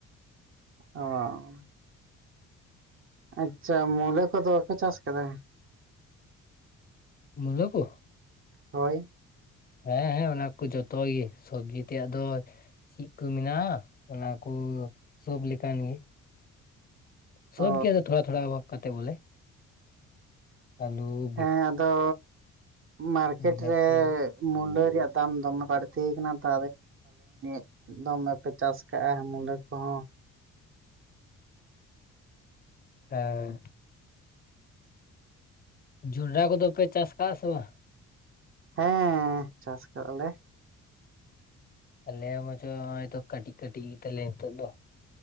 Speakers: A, on the right; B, on the left.
A: <unintelligible> ᱟᱪᱪᱷᱟ ᱢᱩᱞᱟᱹ ᱠᱚᱫᱚ ᱵᱟᱯᱮ ᱪᱟᱥ ᱟᱠᱟᱫᱟ?
B: ᱢᱩᱞᱟᱹ ᱠᱚ
A: ᱦᱳᱭ
B: ᱦᱮᱸ ᱦᱮᱸ ᱚᱱᱟ ᱠᱚ ᱡᱚᱛᱚ ᱜᱮ ᱥᱚᱵᱽᱡᱤ ᱛᱮᱭᱟᱜ ᱫᱚ ᱪᱮᱠ ᱠᱚ ᱢᱮᱱᱟᱜᱼᱟ ᱚᱱᱟ ᱠᱚ ᱥᱚᱵ ᱞᱮᱠᱟᱱ ᱜᱮ ᱥᱚᱵᱜᱮ
A: ᱚ
B: ᱛᱚ ᱛᱷᱚᱲᱟ ᱛᱷᱚᱲᱟ ᱥᱚᱵ ᱠᱟᱛᱮ ᱵᱚᱞᱮ ᱟᱞᱩ
A: ᱦᱮᱸ ᱟᱫᱚ ᱢᱟᱨᱠᱮᱴ
B: ᱵᱤᱞᱟᱹᱛᱤ
A: ᱨᱮ ᱢᱩᱞᱟᱹ ᱨᱮᱭᱟᱜ ᱫᱟᱢ ᱫᱚᱢᱮ ᱵᱟᱹᱲᱛᱤ ᱠᱟᱱᱟ ᱛᱚ <unintelligible> ᱫᱚᱢᱮ ᱯᱮ ᱪᱟᱥ ᱟᱠᱟᱜᱼᱟ ᱢᱩᱞᱟᱹ ᱠᱚᱦᱚᱸ
B: ᱦᱮᱸ ᱡᱚᱱᱰᱨᱟ ᱠᱚᱫᱚ ᱯᱮ ᱪᱟᱥ ᱟᱠᱟᱜᱼᱟ ᱥᱮ ᱵᱟᱝ?
A: ᱦᱮᱸ ᱪᱟᱥ ᱟᱠᱟᱜ ᱟᱞᱮ᱾
B: ᱟᱞᱮ ᱢᱚᱪᱚᱭ ᱱᱤᱛᱚᱜ ᱠᱟᱹᱴᱤᱡ ᱠᱟᱹᱴᱤᱡ ᱜᱮ ᱛᱟᱞᱮᱭᱟ ᱱᱤᱛᱚᱜ ᱫᱚ